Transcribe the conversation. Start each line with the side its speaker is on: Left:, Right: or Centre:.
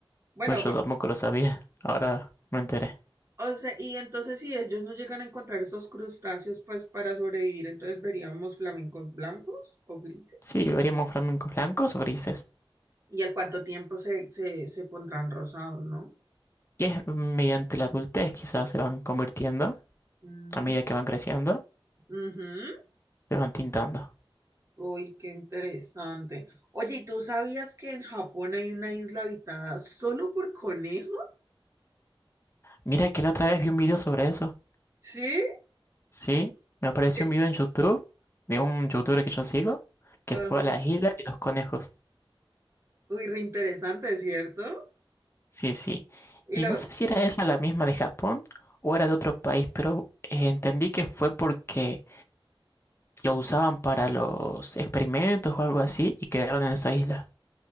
Right: Bueno,
Left: Pues yo
Right: pues,
Left: tampoco lo sabía. Ahora me enteré.
Right: o sea, y entonces si ellos no llegan a encontrar esos crustáceos, pues para sobrevivir, entonces veríamos flamencos blancos o grises.
Left: Sí, veríamos flamencos blancos o grises.
Right: Y al cuánto tiempo se, se, se pondrán rosados, ¿no?
Left: Y es mediante la adultez quizás se van convirtiendo,
Right: Mm,
Left: a medida que van creciendo,
Right: ujú.
Left: se van tintando.
Right: Uy, qué interesante. Oye, ¿y tú sabías que en Japón hay una isla habitada solo por conejos?
Left: Mira que la otra vez vi un video sobre eso.
Right: ¿Sí?
Left: Sí,
Right: ¿Y
Left: me apareció
Right: qué?
Left: un video en YouTube de un youtuber que yo sigo que
Right: Ajá.
Left: fue a la isla de los conejos.
Right: Uy, re interesante, ¿cierto?
Left: Sí, sí.
Right: Y
Left: Y
Right: lo,
Left: no sé si era esa la misma de Japón o era de otro país, pero eh, entendí que fue porque lo usaban para los experimentos o algo así y quedaron en esa isla.